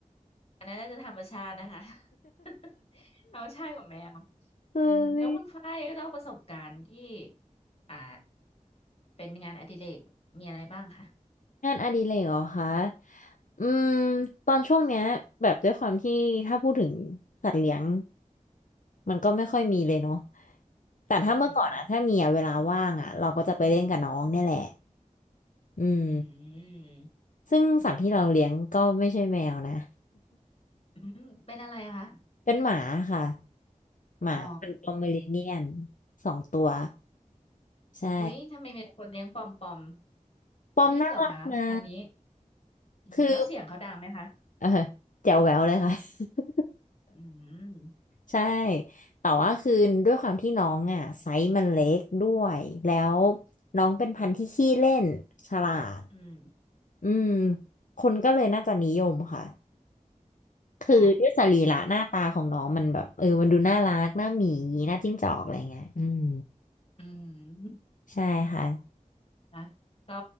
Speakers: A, on the left (about 45°); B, on the left (about 75°).
A: อันนั้นน่าจะธรรมชาตินะคะ <laughs> ธรรมชาติของแมว
B: เฮ้ย
A: อืมแล้วคุณฝ้ายเล่าประสบการณ์ที่อ่าเป็นงานอดิเรกมีอะไรบ้างคะ
B: งานอดิเรกเหรอคะอืมตอนช่วงเนี้ยแบบด้วยความที่ถ้าพูดถึงสัตว์เลี้ยงมันก็ไม่ค่อยมีเลยเนาะแต่ถ้าเมื่อก่อนอะถ้ามีอะเวลาว่างอะเราก็จะไปเล่นกับน้องเนี่ยแหละ
A: อืม
B: อืม
A: อืม
B: ซึ่งสัตว์ที่เราเลี้ยงก็ไม่ใช่แมวนะ
A: อืมเป็นอะไรคะ
B: <laughs> เป็นหมาค่ะหมาเป็นปอมเมอเรเนียน
A: อ๋อ
B: สองตัวใช่
A: อุ๊ยทำไมมีแต่คนเลี้ยงปอมปอม
B: ปอมน่ารักนะ
A: ฮิตเหรอคะพันนี้อืมแล้วเสียงเขาดังไหมคะ
B: คือ เออแจ๋วแหววเลยค่ะ <laughs>
A: อืม
B: ใช่แต่ว่าคือด้วยความที่น้องอ่ะไซส์มันเล็กด้วยแล้วน้องเป็นพันธุ์ที่ขี้เล่นฉลาด
A: อืม
B: อืมคนก็เลยน่าจะนิยมค่ะคือด้วยสรีระหน้าตาของน้องมันแบบเออมันดูน่ารักหน้าหมีหน้าจิ้งจอกอะไรเงี้ยอืม
A: ค่ะอืม
B: ใช่ค่ะ
A: นะเรา